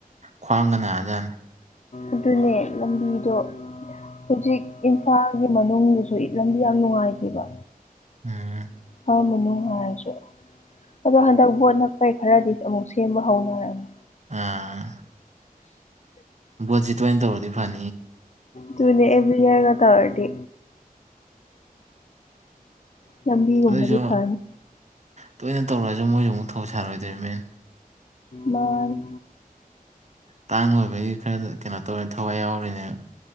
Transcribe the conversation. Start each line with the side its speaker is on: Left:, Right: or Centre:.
Right: ꯈ꯭ꯋꯥꯡꯒ ꯅꯥꯖꯅꯤ꯫
Left: ꯑꯗꯨꯅꯦ ꯂꯝꯕꯤꯗꯣ ꯍꯧꯖꯤꯛ ꯏꯝꯐꯥꯜꯒꯤ ꯃꯅꯨꯡꯗꯨꯁꯨ ꯏꯠ ꯂꯝꯕꯤ ꯌꯥꯝ ꯅꯨꯡꯉꯥꯏꯇꯦꯕ꯫
Right: ꯎꯝ
Left: ꯏꯝꯐꯥꯜ ꯃꯅꯨꯡ ꯍꯥꯏꯔꯁꯨ ꯑꯗꯣ ꯍꯟꯗꯛ ꯕꯣꯠ ꯅꯞꯄꯩ ꯈꯔꯗꯤ ꯑꯃꯨꯛ ꯁꯦꯝꯕ ꯍꯧꯅꯔꯅꯤ꯫
Right: ꯑꯥ ꯕꯣꯠꯖꯤ ꯇꯣꯏꯅꯤ ꯇꯧꯗꯤ ꯐꯅꯤ꯫
Left: ꯇꯨꯅꯦ ꯑꯦꯕ꯭ꯔꯤ ꯏꯌꯥꯔꯒ ꯇꯧꯔꯗꯤ꯫ ꯂꯝꯕꯤꯒꯨꯝꯕꯗꯤ
Right: ꯑꯗꯨꯏꯁꯨ
Left: ꯐꯅꯤ꯫
Right: ꯇꯣꯏꯅ ꯇꯧꯔꯛꯑꯁꯨ ꯃꯣꯏꯁꯨ ꯑꯃꯨꯛ ꯊꯧ ꯁꯥꯔꯣꯏꯗꯣꯏ ꯃꯦꯟ꯫
Left: ꯃꯥꯅꯤ
Right: ꯇꯥꯡ ꯂꯣꯏꯕꯒꯤ ꯈꯔꯗ ꯀꯩꯅꯣ ꯇꯧꯔꯤꯅꯦ ꯊꯋꯥꯏ ꯌꯥꯎꯔꯤꯅꯦ꯫